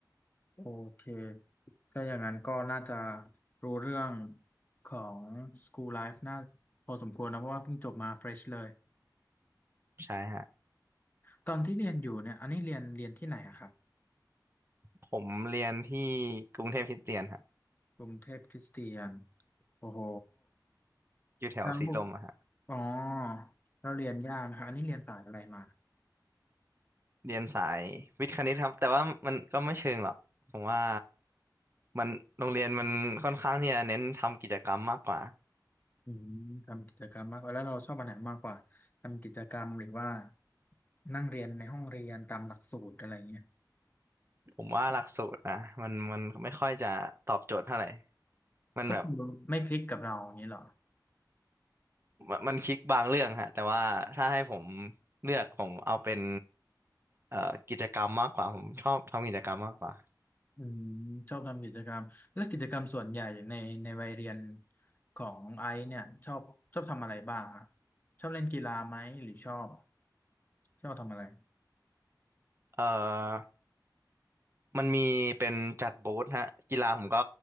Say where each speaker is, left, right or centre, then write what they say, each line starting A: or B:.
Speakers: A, on the left; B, on the right.
A: โอเคถ้าอย่างนั้นก็น่าจะรู้เรื่องของ School Life น่าพอสมควรนะเพราะว่าเพิ่งจบมา fresh เลย
B: ใช่ฮะ
A: ตอนที่เรียนอยู่เนี่ยอันนี้เรียนเรียนที่ไหนอะครับ
B: ผมเรียนที่กรุงเทพคริสเตียนฮะ
A: กรุงเทพคริสเตียนโอ้โห
B: อยู่แถวสีลมอะฮะ
A: แล้วอ๋อเราเรียนยากนะครับอันนี้เรียนสายอะไรมา
B: เรียนสายวิทย์คณิตครับแต่ว่ามันก็ไม่เชิงหรอกผมว่ามันโรงเรียนมันค่อนข้างที่จะเน้นทำกิจกรรมมากกว่า
A: อืมทำกิจกรรมมากกว่าแล้วเราชอบอันไหนมากกว่าทำกิจกรรมหรือว่านั่งเรียนในห้องเรียนตามหลักสูตรอะไรเงี้ย
B: ผมว่าหลักสูตรนะมันมันไม่ค่อยจะตอบโจทย์เท่าไหร่มันแบบ
A: ก็คือไม่คลิกกับเราอย่างนี้เหรอ
B: มันมันคลิกบางเรื่องฮะแต่ว่าถ้าให้ผมเลือกผมเอาเป็นเอ่อกิจกรรมมากกว่าผมชอบทำกิจกรรมมากกว่า
A: อืมชอบทำกิจกรรมและกิจกรรมส่วนใหญ่ในในวัยเรียนของไอซ์เนี่ยชอบชอบทำอะไรบ้างครับชอบเล่นกีฬาไหมหรือชอบชอบทำอะไร
B: เอ่อมันมีเป็นจัดบูธฮะกีฬาผมก็